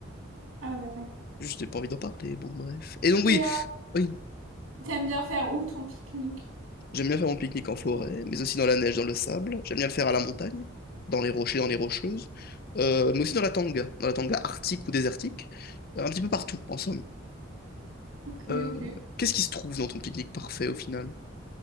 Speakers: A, on the right (about 85°); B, on the left (about 45°).
A: Ah, d'accord.
B: Juste j'ai pas envie d'en parler. Bon, bref. Et donc
A: Et
B: oui.
A: euh,
B: Oui,
A: T'aimes bien faire où ton pique-nique?
B: J'aime bien faire mon pique-nique en forêt, mais aussi dans la neige, dans le sable. J'aime bien le faire à la montagne, dans les rochers, dans les rocheuses, Euh, mais aussi dans la tanga, dans la tanga arctique ou désertique, Euh, un petit peu partout, en somme.
A: Ok,
B: Euh,
A: ok.
B: qu'est-ce qui se trouve dans ton pique-nique parfait au final?